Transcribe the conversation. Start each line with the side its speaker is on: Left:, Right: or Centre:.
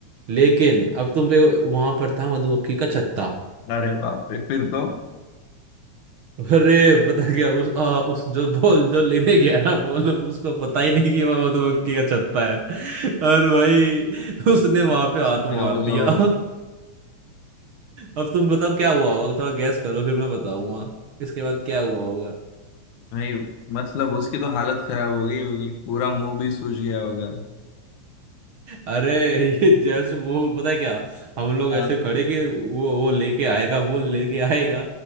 Right: लेकिन अब तुम देखो, वहां पर था मधुमक्खी का छत्ता
Left: अरे बाप रे फिर तो
Right: <laughs> अरे पता क्या उस आ, उस जो बॉल जो लेने गया ना बॉल उसको पता ही नहीं कि वह मधुमक्खी का छत्ता है <laughs> और भाई उसने वहां
Left: सीधा
Right: पे हाथ मार
Left: होगा
Right: दिया
Left: वो
Right: <laughs> अब तुम बताओ क्या हुआ होगा थोड़ा गैस करो फिर मैं बताऊंगा इसके बाद क्या हुआ होगा
Left: नहीं मतलब उसकी तो हालत खराब हो गई होगी पूरा मुंह भी सूज गया होगा
Right: अरे ये जैसे वो पता है क्या हम लोग
Left: हाँ
Right: ऐसे खड़े कि वो वो लेके आएगा वो लेके आएगा